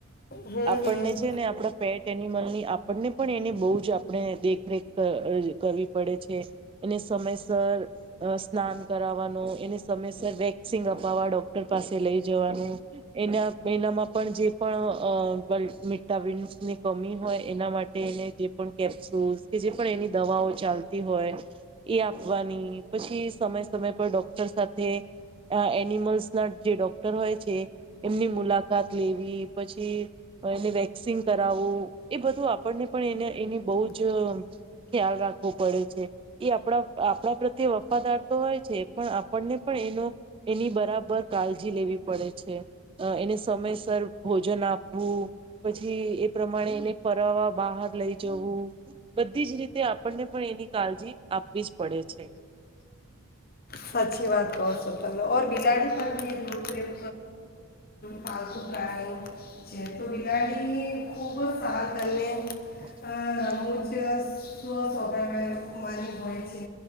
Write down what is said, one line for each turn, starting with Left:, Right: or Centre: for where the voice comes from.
Left: હમ
Right: આપણને
Left: હમ
Right: છે ને આપણા પેટ એનિમલ ની આપણને પણ એને બહુ જ આપણે દેખરેખ કરવી પડે છે એને સમયસર સ્નાન કરવાનું એને સમયસર વેક્ ંગ અપાવવા ડોક્ટર પાસે લઈ જવાનું એના એનામાં પણ જે પણ વિટામિન્સ ની કમી હોય એના માટે એને જે પણ કેપ્સુલ્સ કે જે પણ એની દવાઓ ચા હોય એ આપવાની પછી સમય સમય પર ડોક્ટર સાથે એનિમલ્સ ના જે ડોક્ટર હોય છે એમની મુલાકાત લેવી પછી એને વેક્સિંગ કરાવવું એ બધું આપણને પણ એને એની બહુ જ ખ્યાલ રાખવો પડે છે એ આપણા આપણા પ્રત્યે વફાદાર તો હોય છે પણ આપણને પણ એનું એની બરાબર કાળજી લેવી પડે છે એને સમયસર ભોજન આપવું પછી એ પ્રમાણે એને ફરવા બહાર લઈ જવું બધી જ રીતે આપણને પણ એની કાળજી આપવી જ પડે છે.
Left: સાચી વાત તો સચ ઓર બિલાડી પર ભી ર પલ્તુ પ્રાણી બિલાડી ખુબ સારુ અને
Right: હ
Left: અ,
Right: <unintelligible>
Left: રમૂજ સ્વ સ્વભાવ્ માની ગહોય્ છે